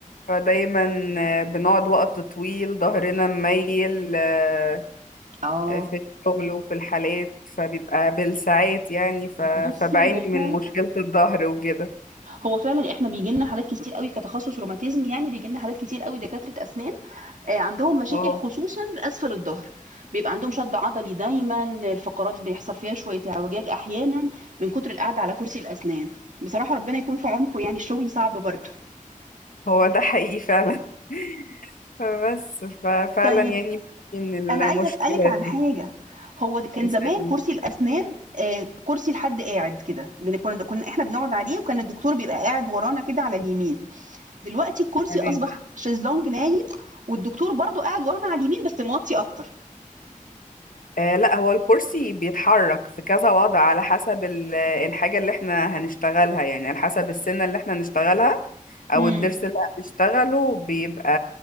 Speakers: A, on the left; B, on the right.
A: فدايما آه، بنقعد وقت طويل ظهرنا مميل آه،
B: اه
A: آه، في الشغل وفي الحالات فبيبقى بالساعات يعني ف-
B: بصي
A: فبعاني
B: هو فعلا
A: من مشكلة الظهر وكده
B: هو فعلا احنا بيجي لنا حالات كتير قوي كتخصص روماتيزم يعني بيجي لنا حالات كتير قوي دكاترة اسنان آه، عندهم مشاكل
A: اه
B: خصوصا باسفل الظهر بيبقى عندهم شد عضلي دايما الفقرات بيحصل فيها شوية اعوجاج احيانا من كتر القعدة على كرسي الاسنان بصراحة ربنا يكون في عونكم يعني الشغل صعب برضه
A: هو ده حقيقي فعلا <laughs> فبس ففعلا
B: طيب
A: يعني بتعاني من
B: أنا
A: المشكلة
B: عايزة أسألِك عن
A: دي
B: حاجة، هو د كان
A: اسألني
B: زمان كرسي الأسنان آآ كرسي لحد قاعد كده، بن كنا كنا إحنا بنقعد عليه وكان الدكتور بيبقى قاعد ورانا كده على اليمين، دلوقتي الكرسي
A: تمام.
B: أصبح شيزلونج نايم والدكتور برضه قاعد ورانا على اليمين بس موطي أكتر.
A: آه لا هو الكرسي بيتحرك في كذا وضع على حسب ال- الحاجة اللي احنا هنشتغلها يعني على حسب السنة اللي احنا هنشتغلها أو
B: إمم.
A: الضرس اللي هنشتغله بيبقى